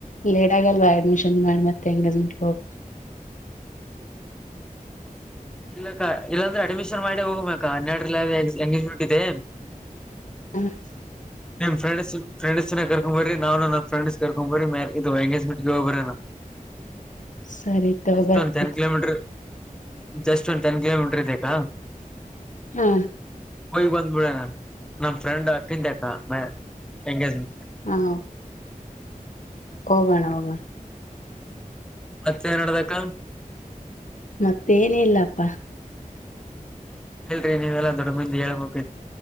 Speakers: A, on the left; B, in the centre.
A: ಲೇಟ್ ಆಗಲ್ವಾ ಅಡ್ಮಿಷನ್ ಮಾಡಿ ಮತ್ತೆ ಎಂಗೇಜ್ಮೆಂಟ್ ಹೋಗ
B: ಇಲ್ಲಕ್ಕ ಇಲ್ಲಾಂದ್ರೆ ಅಡ್ಮಿಷನ್ ಮಾಡಿ ಹೋಗಮ್ಮಕ್ಕಾ ಹನ್ನೆರಡು ಲೇದೆ ಎಂಗೇಜ್ಮೆಂಟ್ ಇದೆ.
A: ಹ್ಮ <inaudible>
B: ನಿಮ್ಮಪ್ರೆಂಡ್ಸ್, ಫ್ರೆಂಡಸ್ನ ಕರ್ಕೊಂಡ್ ಬರ್ರಿ ನಾನು ನಮ್ಮಫ್ರೆಂಡಸ್ ಕರ್ಕೊಂಬರ್ರಿ ಇದು <unintelligible> ಎಂಗೇಜ್ಮೆಂಟ್ಗೆ ಹೋಗಬರನಾ.
A: ಸರಿ ತಗೋ
B: ಎಷ್ಟಂತ
A: ಬರ್ತ
B: ಹೆಂಗ ಕಿಲೋಮೀಟರ್ ಜಸ್ಟ್ ಒಂದು ಟೆನ್ ಕಿಲೋಮೀಟರ್ ಇದೆ ಅಕ್ಕಾ.
A: ಹ್ಮಾ,
B: ಹೋಗ್ ಬಂದ್ಬಿಡಣ ನಮ ಫ್ರೆಂಡ್ ಅಕ್ಕಂದೇ ಅಕ್ಕ ಎಂಗೇಜ್ಮೆಂಟ್.
A: ಅಲೋ, ಹೋಗೋಣ ಹೋಗಣ
B: ಮತ್ತೇನ್ ನಡ್ದಕ್ಕಾ
A: ಮತ್ತೇನುಇಲ್ಲಪ್ಪಾ
B: ಹೇಳರಿ ನೀವೆಲ್ಲಾ ದೊಡ್ಡ ಮಂದಿ ಹೇಳ್ಬೇಕ